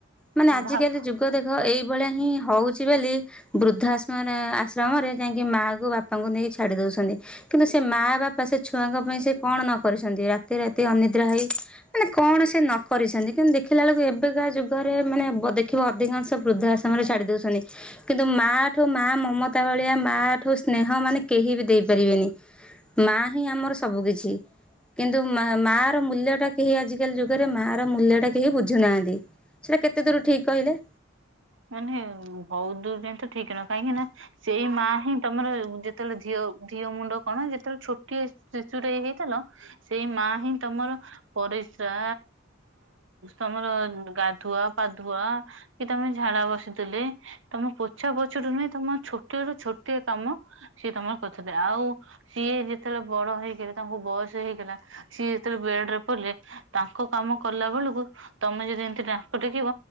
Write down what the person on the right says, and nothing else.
ଭାବ
ମାନେ ବହୁତ ଦୂର ପାଇଁ ତ ଠିକ ନୁହେଁ କାହିଁକି ନା ସେଇ ମା ହିଁ ତମର ଯେତେବେଳେ ଦେହ ମୁଣ୍ଡ କଣ ଯେତେବେଳେ ଛୋଟିଆ ଶିଶୁଟିଏ ହେଇଥିଲ ସେଇ ମା ହିଁ ତମର ପରିସ୍ରା ତମର ଗାଧୁଆ ପାଧୁଆ କି ତମେ ଝାଡା ବସିଥିଲେ ତମେ ପୋଛା ପଛରୁୁ ହିଁ ତମ ଛୋଟିଆରୁୁ ଛୋଟିଆ କାମ ସିଏ ତମର କଥା ଆଉ ସିଏ ଯେତେବେଳେ ବଡ ହେଇଗଲେ ତାଙ୍କୁ ବୟସ ହେଇଗଲା ସିଏ ଜେତେବେଳେ ବେଡ୍ ରେ ପଡିଲେ ତାଙ୍କ କାମ କଲା ବେଳକୁ ତମେ ଯଦି ଏମତି ଟାଙ୍କ ଟେକିବ